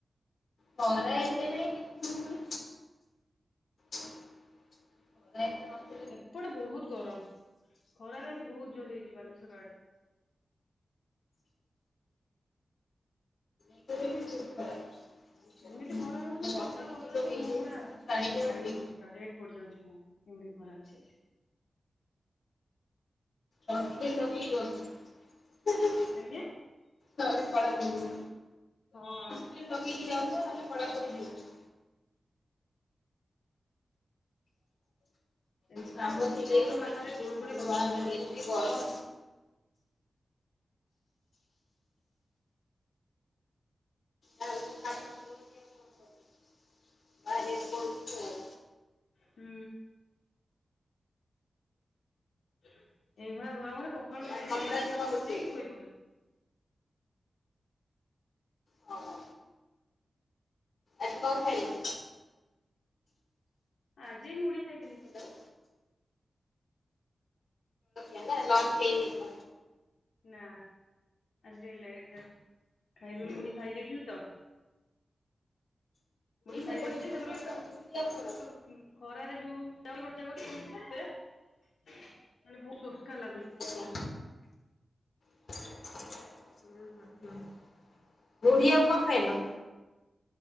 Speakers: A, on the left; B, on the left.
A: ଖରା ଏତେ ନାହିଁ କିନ୍ତୁ ଗୁଳୁଗୁଳି। ଖରା ଏତେ ହୋ
B: ଏପଟେ ବହୁତ ଗରମ। ଖରା ବି ଆଜି ବହୁତ ଜୋରେ ହେଇଛି ବାଲେଶ୍ୱର ଆଡେ।
A: ଇଆଡେ ବି ବହୁତ ଖରା। ବହୁତ ଗରମ
B: ଏମିତି ଖରା ହଉଛି ମାନେ
A: ବର୍ଷା
B: ଖରାକୁ
A: ଟିକେ
B: ଗଲାବେଳକୁ
A: ଯୋଉ ହେଇଯାଉଛି
B: ମୁହଁ ପୁରା
A: ଟିକେ ଛାଡି ଯାଉଛି
B: ଜାଳି ପକଉଛି। ପୁରା ରେଡ୍ ପଡିଯାଉଛି ମୁହଁ। ଏମିତି ଖରା ହେଇଛି ଆଜି।
A: ସନ୍ସ୍କ୍ରିନ ଲଗେଇକି ବସ୍ ହିଁ ହିଁ।
B: ଆଜ୍ଞା।
A: ନହେଲେ କଳା ପଡ଼ିଯିବୁ।
B: ହଁ।
A: ସ୍କ୍ରିନ୍ ଲଗେଇକି ଯାଉଥିବ ନହେଲେ କଳା ପଡିଯିବ।
B: ଏତେ
A: କାମ ଥିଲେ
B: ଗରମ
A: ହି ବାହର।
B: ଏତେ
A: ନହେଲେ
B: ଗୁଳୁଗୁଳି ହଉଛି
A: ବାହାର
B: ପ୍ରଭୁ।
A: ଏତେ ଗରମ। ଯାହାହେଲେ କାମ ଥିଲେ ବି କଣ କରିବୁ ବାହାରିବାକୁ ପଡୁଛି ଆଉ।
B: ହୁଁ। ଏଇଭଳିଆ ଗରମରେ ପଖାଳ
A: ଆଉ
B: ଖାଇ
A: ତମର
B: ଦେଇକି ଏସିି
A: ଆଜି କଣ
B: ଅନ୍ କରିଦେଇକି
A: ରୋଷେଇ?
B: ଶୋଇ ପଡ଼ିବୁ।
A: ହଁ। ଆଜି କଣ ଖାଇଲ?
B: ଆଜି ମୁଢି ଖାଇଥିଲି।
A: ହ୍ୟାଲୋ। ହଁ ବା ଲଞ୍ଚ ହେଇନି ଆମର।
B: ନାଁ। ଆଜି ଟିକେ ଲେଟରେ ଖାଇବି ମୁଢ଼ି ଖାଇ ଦେଇଥିଲି ତ। ମୁଢି ଖାଇ
A: ସେପଟେ
B: ଦେଇଥିଲି
A: ଫେମସ୍
B: ତାପରେ
A: ଆଉ ମୁଢି ଆଉ କଣ?
B: ଉ ଖରାରେ ଯୋଉ ଯାଉଚି ଗୋଟେ ଜାଗାକୁ ମିଳୁଛି ମୋତେ ମାନେ ବହୁତ ଶୋସ୍କା ଲାଗୁଛି।
A: ଆଚ୍ଛା। ହୁଁ ହୁଁ ହୁଁ। ମୁଢ଼ି ଆଉ କଣ ଖାଇଲ?